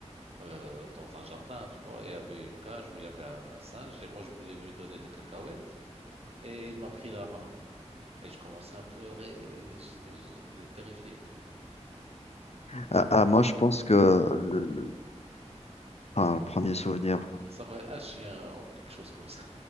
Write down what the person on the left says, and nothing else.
Ah, ah, moi, je pense que le, le- enfin, le premier souvenir.